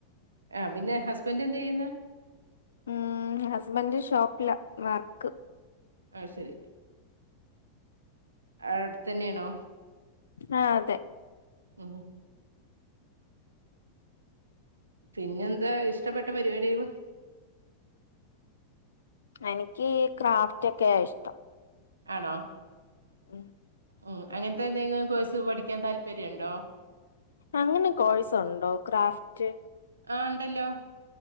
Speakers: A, on the right; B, on the left.
A: ആ പിന്നെ ഹസ്ബൻഡ് എന്തയ്യുന്നെ?
B: ഉം ഹസ്ബന്റ് ഷോപ്പില വർക്ക്
A: അയ് ശരി ആ ഔട്ത്തന്നേണോ?
B: ആഹ് അതെ
A: ഉം പിന്നെന്താ ഇഷ്ടപ്പെട്ട പരിപാടികൾ
B: എനിക്ക് ഈ ക്രാഫ്റ്റൊക്കെയാ ഇഷ്ടം
A: ആണോ?
B: ഉം
A: ഉം അങ്ങനത്തെ എന്തെങ്കിലും കോഴ്സ് പഠിക്കാൻ താല്പര്യം ഉണ്ടോ?
B: അങ്ങനെ കോഴ്സുണ്ടോ ക്രാഫ്റ്റ്?
A: ആ ഇണ്ടല്ലോ